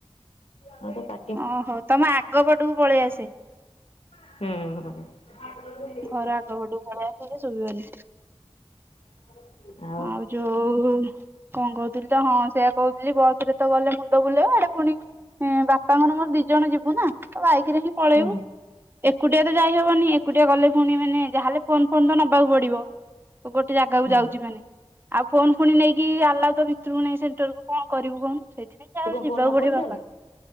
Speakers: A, on the left; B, on the right.
A: ମତେ ପା
B: ଅ ହ ତମ ଆଗ ପଟୁକୁ ପଳେଇ ଆସେ।
A: ହୁଁ ଉଁ।
B: ଘର ଆଗ ପଟୁକୁ ପଳେଇ ଆସେ ଯେ ଶୁବିବନି।
A: <inaudible>
B: ଆଉ ଯୋଉ କଣ କହୁଥିଲି ତ ହଁ ସେୟା କହୁଥିଲି ବସରେ ତ ଗଲେ ମୁଣ୍ଡ ବୁଲେଇବ ଆଡେ ଫୁଣି ଏଁ ବାପାଙ୍କର ମୋର ଦି ଜଣ ଯିବୁ ନା ତ ବାଇକରେ ହିଁ ପଳେଇବୁ।
A: ହୁଁ
B: ଏକୁଟିଆ ତ ଯାଇହବନି ଏକୁଟିଆ ଗଲେ ପୁଣି ମାନେ ଯାହେଲେ ଫୋନ୍ ଫୋନ୍ ତ ନବାକୁ ପଡିବ। ଗୋଟେ ଜାଗାକୁ
A: ହୁଁ
B: ଯାଉଚି ମାନେ। ଆଉ ଫୋନ ଫୁଣି ନେଇକି ଆଲାଉ ତ ଭିତୁରୁକୁ ନେଇ ସେଣ୍ଟର କୁ କଣ କରିବୁ କହୁନୁ ସେଇଥିଆଁ। ଯାହେଲେ
A: ତୁ କଣ
B: ଯିବାକୁ
A: ଫୋନ ନବୁନି
B: ପଡିବ
A: ତାହେଲେ?
B: ବାପା।